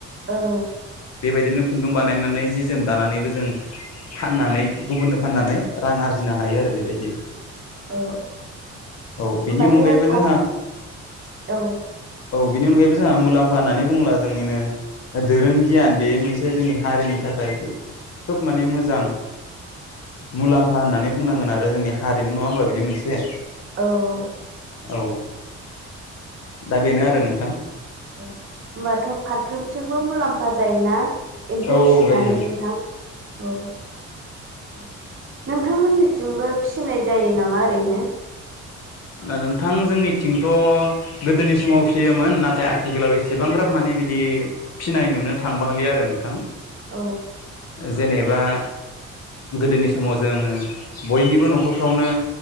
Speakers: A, on the right (about 45°); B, on the left (about 55°).
A: औ।
B: बेबायदिनो खुन्दुं बानायनानै जि जोम दानानैबो जों फाननानै गुबुननो फाननानै रां आरजिनो हायो आरो बेबायदि।
A: औ
B: औ
A: होमबाथ'
B: बेनि अनगायैबो
A: फार
B: जोंहा
A: औ
B: औ बेनि अनगायैबो जोंहा मुलाम्फा होननानै बुङोब्ला जोंनिनो ओ दोरों गियान बे मोनसे जोंनि हारिनि थाखाय खोब माने मोजां मुलाम्फा होननानै बुंनांगोन आरो जोंनि हारिमु नङा होनबा बियो मोनसे?
A: औ औ।
B: औ दा बेनो आरो नोंथां।
A: औ होनोमबाथ' फारफ्रोमथिंबो मुलाम्फा जायोना एम्फौ
B: औ
A: फिसिनानै
B: औ जायो
A: नोंथां? औ। औ, नोंथांमोननिथिंबो फिनाय जायो नामा ओरैनो?
B: नो नोंथां जोंनिथिंथ' गोदोनि समाव फियोमोन नाथाय आथिखालाव एसेबांग्राब माने बिदि फिनाय नुनो थांबांलि आरो नोंथां।
A: औ
B: जेनोबा गोदोनि समाव जोङो बयनिबो न'खरफ्रावनो